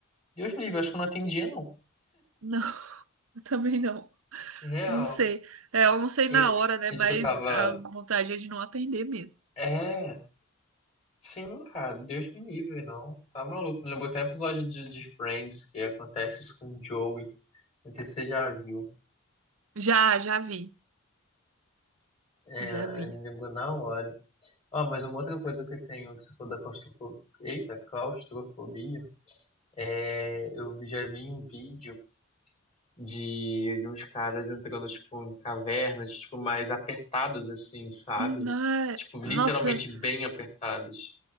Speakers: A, on the left; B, on the right.
A: Deus me livre, acho que eu não atendia, não.
B: Não, <laughs> eu também não.
A: Real.
B: Não sei. É, eu não sei
A: E,
B: na hora, né?
A: e
B: Mas
A: você tava.
B: a vontade é de não atender mesmo.
A: É, sim, cara, Deus me livre, não. Tá maluco. Me lembrou até um episódio de, de Friends que acontece isso com o Joey. Não sei se você já viu.
B: Já, já vi.
A: É,
B: Já vi.
A: me lembrou na hora. Ó, mas uma outra coisa que eu tenho, que você falou da claustrofobia. Eita, claustrofobia. É, eu já vi um vídeo. de, de uns caras entrando, tipo, em cavernas, tipo, mais apertadas, assim, sabe?
B: Hum, não é-
A: Tipo,
B: Nossa,
A: literalmente bem apertadas.